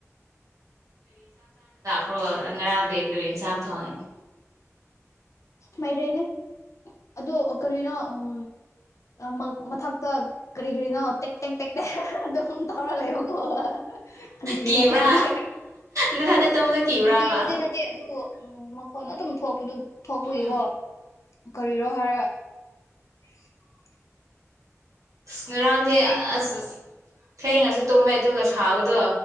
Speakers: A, on the right; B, on the left.
A: ꯄ꯭ꯔꯣ ꯉꯔꯥꯡ ꯗꯦ ꯀꯔꯤ ꯆꯥꯡ ꯊꯧꯉꯦ
B: ꯃꯣꯏꯔꯦꯅꯦ ꯑꯗꯣ ꯀꯔꯅꯣ ꯎꯝ ꯃ ꯃꯊꯛꯇ ꯀꯔꯤ ꯀꯔꯤꯅꯣ ꯇꯦꯛ ꯇꯦꯛ ꯇꯦꯛ ꯇꯦꯛ ꯑꯗꯨꯝ ꯇꯧꯔ ꯂꯩꯕꯀꯣ ꯀꯔꯤ ꯀꯔꯤꯅꯣ
A: ꯀꯤꯕ꯭ꯔꯥ
B: ꯈꯪꯗꯦ
A: ꯅꯊꯟꯗ ꯇꯨꯝꯕꯗꯣ ꯀꯤꯕ꯭ꯔꯥꯕ
B: ꯀꯤꯕꯗꯤ ꯅꯠꯇꯦ ꯑꯗꯨꯕꯨ ꯍꯣꯏꯅ ꯑꯗꯨꯝ ꯊꯣꯛꯄꯗꯨꯝ ꯐꯄꯌꯕꯣ
A: ꯎꯝ
B: ꯀꯔꯣ ꯍꯥꯏꯔ <inaudible>
A: ꯑ ꯉꯔꯥꯡꯗꯤ
B: ꯊꯦꯡꯅ ꯇꯨꯝꯃꯤꯅ
A: ꯑꯁ ꯊꯦꯡꯉꯁꯨ ꯇꯨꯝꯃꯦ ꯑꯗꯨꯒ ꯊꯥꯕꯗꯣ